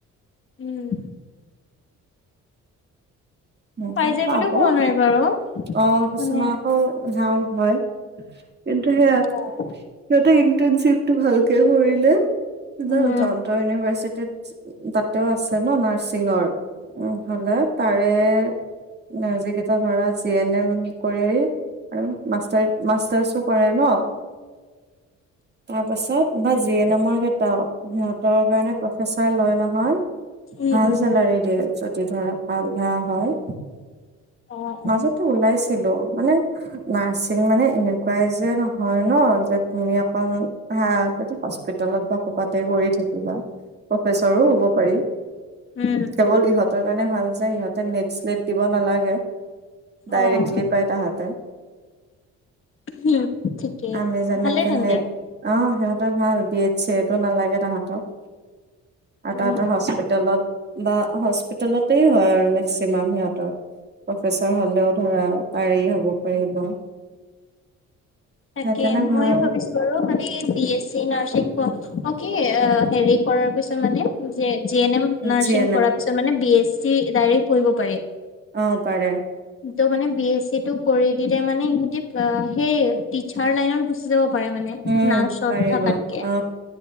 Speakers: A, on the left; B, on the right.
A: উম,
B: ম
A: পাই যায়
B: পাব
A: বুলিও ক'ব নোৱাৰি বাৰু
B: অ, কিছুমান
A: মানে
B: আকৌ হ হয়। <unintelligible> কিন্তু সেয়া
A: অ'
B: সিহঁতে ইণ্টাৰনশিপটো ভালকে কৰিলে।
A: উম
B: ডাউন টাউন ইউনিভাৰ্চিটিত। তাতেও আছে ন নাৰ্ছিঙৰ, হলে তাৰে নাৰ্জী কেইটা ধৰা জি এন এম কৰি আহি। আৰু মাষ্টাৰ
A: উম
B: মাষ্টাৰছো কৰে ন। তাৰ পাছত বা জি এন এমৰ কেইটাও সিহঁতৰ কাৰণে প্ৰফেচাৰ লয় নহয়।
A: উম
B: ভাল চেলাৰি দিয়ে যদি ধৰা ভাল ধাৰা হয়।
A: অ
B: মাজতে
A: অ
B: ওলাইছিলো মানে নাৰছিং মানে এনেকুৱাই যে নহয় ন, যে তুমি অকল ভা আগতে হস্পিতেলত বা কবাতে কৰি থাকিবা, প্ৰফেচৰো হ'ব পাৰি।
A: উম উম
B: কেৱল ইহঁতৰ কাৰণে ভাল যে ইহঁতে নে শ্লিপ দিব নালাগে, ডাইৰেক্টলি
A: অ
B: পাই তাহাঁতে।
A: হম' ঠিকে
B: আমি যেনেকে
A: ভালে তেন্তে।
B: নেট অ' সিহঁতৰ ভাল বি এদ চি এদো নালাগে তাহাঁতক। আৰু
A: উম
B: তাহাঁতৰ হস্পিতেলত বা হস্পিতেলতেই হয় আৰু মেক্সিমাম সিহঁতৰ। প্ৰফেচৰ হলেও ধৰা পাৰি হ'ব। পাৰিব।
A: তাকে
B: সেইকাৰণে
A: ময়ো
B: ভাল
A: ভাবিছো আৰু মানে বি এ চি নাৰ্ছিং কি অ' হেৰি কৰাৰ পিছত মানে, G N M nursing
B: G N
A: কৰাৰ
B: M
A: পিছত মানে বি এ চি ডাইৰেক্ট পঢ়িব পাৰি।
B: অ পাৰে
A: ত' মানে বি এছ চি টো কৰি দিলে মানে, ইহঁতি সেই টিচাৰ লাইনত গুচি যাব পাৰে মানে
B: উম
A: নাৰ্ছত
B: পাৰিব
A: থকাকে।
B: অ